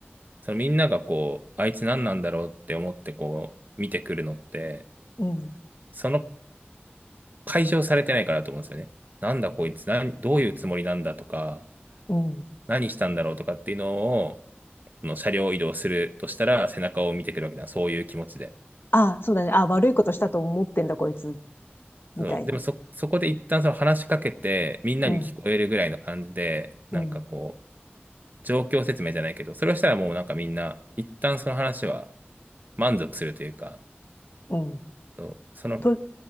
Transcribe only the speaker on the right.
そのみんながこう、あいつ何なんだろうって思ってこう、見てくるのって、
その解消されてないからだと思うんですよね。なんだこいつ、なんどういうつもりなんだとか、
何したんだろうとかっていうのを、その車両移動するとしたら、背中を見てくるわけだ。そういう気持ちで。
そう、でもそ、そこで一旦その話しかけて、みんなに聞こえるぐらいの感じで、
なんかこう、
状況説明じゃないけど、それをしたらもうなんかみんな、一旦その話は満足するというか、
そう、その、